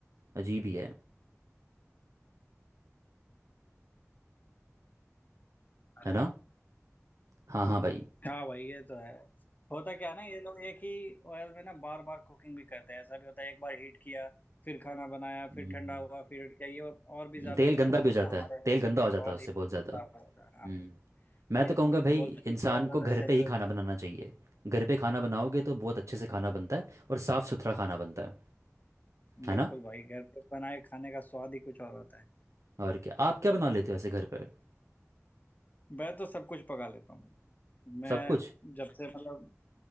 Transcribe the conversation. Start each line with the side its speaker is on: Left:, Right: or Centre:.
Right: अजीब ही है
Left: हेलो
Right: है ना हाँ हाँ भाई
Left: हाँ भाई ये तो है होता क्या है ना ये लोग एक ही ऑयल में ना बार बार कुकिंग भी करते हैं ऐसा भी होता है एक बार हीट किया फिर खाना बनाया
Right: हम्म,
Left: फिर ठंडा हुआ फिर heat किया ये और भी ज्यादा
Right: तेल
Left: जो
Right: गंदा
Left: है
Right: भी हो जाता
Left: हमारे
Right: है
Left: हेल्थ
Right: तेल गंदा
Left: के लिए
Right: हो जाता
Left: बहुत
Right: है उससे
Left: ही खराब
Right: बहुत ज़्यादा
Left: होता
Right: हम्म
Left: है हाँ
Right: मैं
Left: ये
Right: तो कहूँगा भाई
Left: बोलते हैं
Right: इंसान
Left: कि बहुत ज्यादा
Right: को घर
Left: सैचुरेटेड
Right: पे ही खाना बनाना चाहिए घर पे खाना बनाओगे तो बहुत अच्छे से खाना बनता है और साफ़ सुथरा खाना बनता है है
Left: बिल्कुल
Right: ना
Left: भाई घर पे बनाए खाने का स्वाद ही कुछ और होता है
Right: और क्या आप क्या बना लेते हो ऐसे घर पे
Left: मैं तो सब कुछ पका लेता हूँ मैं
Right: सब कुछ
Left: जब से मतलब